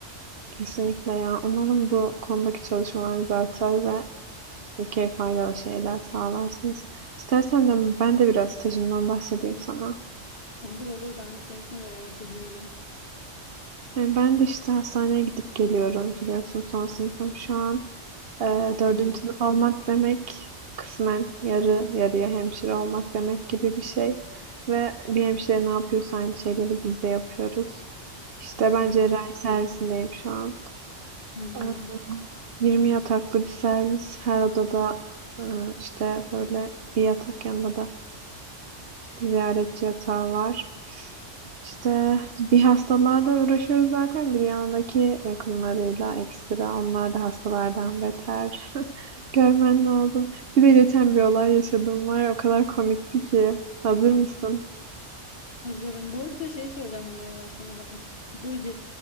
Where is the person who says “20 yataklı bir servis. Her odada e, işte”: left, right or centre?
Right